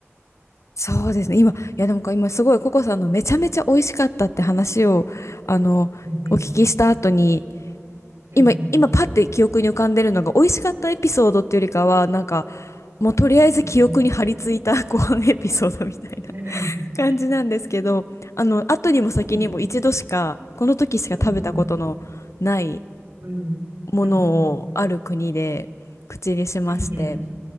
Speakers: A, on the left (about 90°); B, on the right (about 60°).
A: そうですね。今、いやでもか今すごいココさんのめちゃめちゃ美味しかったって話を、あの、
B: うんうん。
A: お聞きした後に、
B: うんうん。
A: 今、今パッて記憶に浮かんでるのが美味しかったエピソードっていうよりかは、なんか、もうとりあえず記憶に張り付いた
B: うん
A: <laughs> ご飯エピソードみたいな
B: うん。
A: <laughs> 感じなんですけど、あの、後にも先にも一度しか、
B: うんうん。
A: この時しか食べたことのない
B: うんうん。うんうん。
A: ものをある国で口にしまして、
B: うんうん。うんう